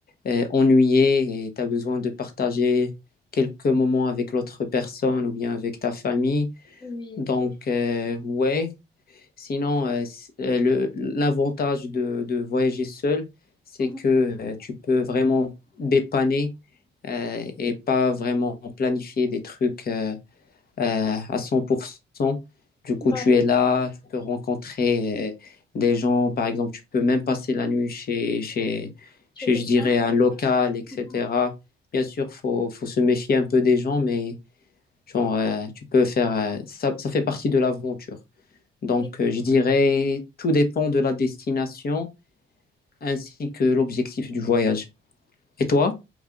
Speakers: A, on the left; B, on the left.
A: euh, ennuyé et tu as besoin de partager quelques moments avec l'autre personne ou bien avec ta famille.
B: Oui.
A: Donc, euh, ouais. Sinon, euh, c- euh, le- l'avantage de, de voyager seul, c'est
B: Mhm.
A: que euh, tu peux vraiment dépanner euh, et pas vraiment planifier des trucs. euh, euh, à 100%. Du coup,
B: Ouais.
A: tu es là, tu peux rencontrer euh, des gens, par exemple, tu peux même passer la nuit chez, chez,
B: Tu
A: chez
B: es quelqu'un?
A: je dirais, un local, etc.
B: Mhm.
A: Bien sûr, faut, faut se méfier un peu des gens, mais genre, euh, tu peux faire, euh, ça, ça fait partie de l'aventure. Donc,
B: Oui.
A: euh, je dirais, tout dépend de la destination ainsi que l'objectif du voyage. Et toi?